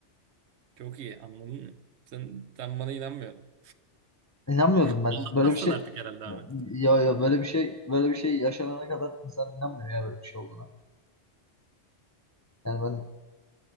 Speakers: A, on the right; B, on the left.
A: Çok iyi anladın mı? Sen, sen bana inanmıyorum.
B: İnanmıyordum
A: Anlatmazsın
B: ben. Böyle bir şey
A: artık herhalde Ahmet.
B: ya ya böyle bir şey böyle bir şey yaşanana kadar insan inanmıyor ya böyle bir şey olduğuna. Yani ben